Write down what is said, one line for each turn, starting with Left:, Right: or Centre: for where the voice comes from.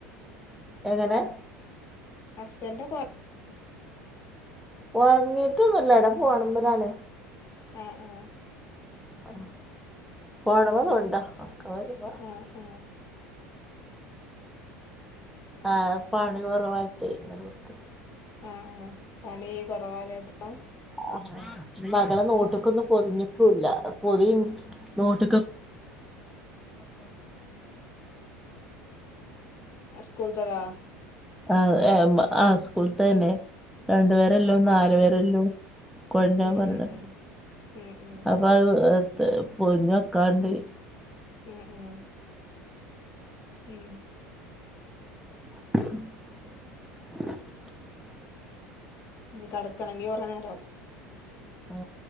Centre: എങ്ങനെ
Left: ഹസ്ബൻഡ്
Centre: ഒറങ്ങിട്ടൊന്നുല്ല വടെ ഫോണ്മ്മലാണ്
Left: എ എ
Centre: ആ ഫോണ്മ്മ തോണ്ട <unintelligible>
Left: ആഹ് ആഹ്
Centre: ആ പണി കൊറവായിട്ട്ങ്ങനെ നിക്ക
Left: ആ, ആ പണി കുറവാലേ ഇപ്പം
Centre: ആ മകളെ നോട്ട്
Left: ഉം
Centre: ബുക്കൊന്നും
Left: ഉം
Centre: പൊതിഞ്ഞിട്ടും ഇല്ല പൊതി നോട്ടക്ക
Left: സ്കൂൾ ദതാ
Centre: ആ, ആ സ്കൂൾ ത തന്നെ രണ്ടു പേരെല്ലോ
Left: ഉം
Centre: നാലു
Left: ഉം
Centre: പേരെല്ലോ കൊഴഞ്ഞ
Left: ഉം
Centre: പറഞ്ഞട
Left: ഉം ഉം ഉം ഉം ഉം
Centre: അപ്പൊ അത് പോയി നികാണ്ട്
Left: ഉം ഉം
Centre: <unintelligible>
Left: കിടക്കണെങ്കി കുറെ നേരാവും
Centre: ആ